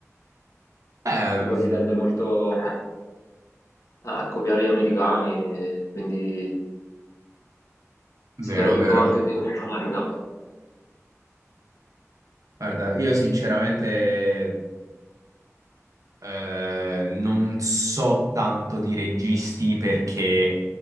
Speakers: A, on the right (about 85°); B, on the left (about 65°).
A: Eh,
B: che poi si tende molto a copiare gli americani, quindi
A: vero,
B: si perde
A: vero.
B: un po' anche di originalità.
A: Guarda, io sinceramente Eh, non so tanto di registi perché